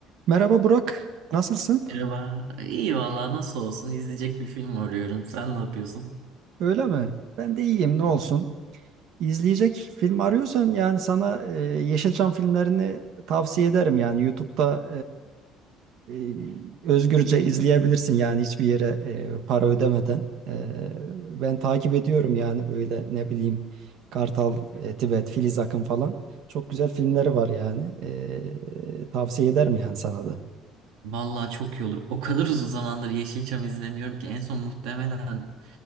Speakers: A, on the right; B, on the right.
A: Merhaba Burak, nasılsın?
B: Merhaba. İyi valla nasıl olsun izleyecek bir film arıyorum. Sen ne yapıyorsun?
A: Öyle mi? Ben de iyiyim, ne olsun. İzleyecek film arıyorsan yani sana e, Yeşilçam filmlerini tavsiye ederim. Yani YouTube'da e, e, özgürce izleyebilirsin yani hiçbir yere e, para ödemeden. E, ben takip ediyorum yani böyle ne bileyim Kartal, e, Tibet, Filiz Akın falan. Çok güzel filmleri var yani. E, tavsiye ederim yani sana da.
B: Valla çok iyi olur. O kadar uzun zamandır Yeşilçam izlemiyorum ki en son muhtemelen